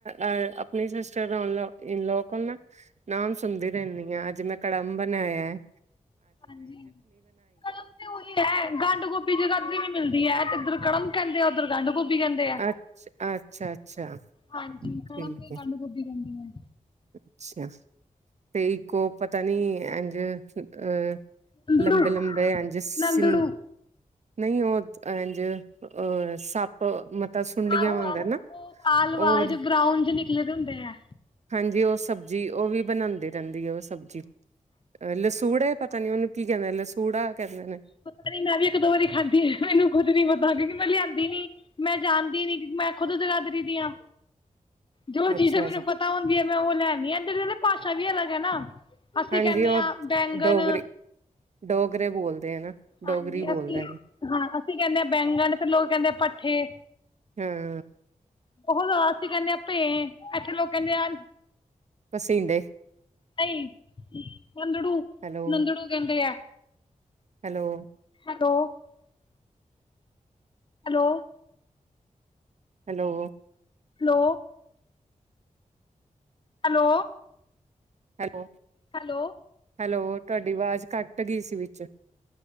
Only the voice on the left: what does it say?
ਹਾਂਜੀ ਉਹੀ ਹੈ ਗੰਢ ਗੋਭੀ ਜਗ੍ਹਾਧ ਵੀ ਮਿਲਦੀ ਹੈ ਤੇਧਰ ਕੜਮ ਕਹਿੰਦੇ ਉਧੁਰ ਗੰਢ ਗੋਭੀ ਕਹਿੰਦੇ ਆ
ਹਾਂਜੀ
ਕਡਮਦੇ
ਗੰਢ ਗੋਭੀ ਕਹਿੰਦੇ ਆ
ਨੰਦੜੂ
ਨੰਦੜੂ
ਆਹੋ
ਆਹੋ ਉਹ
ਵਾਲ
ਚ ਗਰਾਉਡ ਚ ਨਿਕਲੇ ਹੁੰਦੇ ਆ
ਪਤਾ ਨ ਮੈਂ ਵੀ ਇੱਕ ਦੋ ਵਾਰੀ ਖਾਧੀ ਮੈਨੂੰ ਖੁਦ ਨੀ ਪਤਾ ਮੈਂ ਲਿਆਂਦੀ ਨੀ ਮੈਂ ਜਾਣਦੀ ਨੀ ਕਿ ਮੈਂ ਖੁਦ ਜਗਾਦਰੀ ਦੀ ਹਾਂ ਜੋ
ਚੀਜ਼ਾਂ ਮੈਨੂੰ
ਪਤਾ ਹੁੰਦੀਆਂ ਮੈਂ ਉਹ ਲੈਂਦੀ ਆ ਇ ਕਦੇ ਭਸ਼ ਛਵੀ ਅਲੱਗ ਹੈ ਨਾ ਅਸੀਂ
ਕਹਿੰਦੇ
ਹਾਂ ਬੈਂਗਣ
ਹਾਂਜੀ
ਅਸੀਂ
ਹਾਂ ਅਸੀਂ ਕਹਿੰਦੇ ਹ ਬੈਂਗਣ ਤੇ ਲੋਕ ਕਹਿੰਦੇ ਆ ਭੱਠੇ
ਬਹੁਤ ਜ਼ਦਾਸੀਂ ਕਹਿੰਦੇ ਆ ਭੇ ਇੱਥੇ ਲੋਕ ਕਹਿੰਦੇ ਆ
ਨਹੀਂ ਨੰਦੜੂ
ਨੰਦੜੂ ਕਹਿੰਦੇ ਆ
<unintelligible> hello
hello hello
hello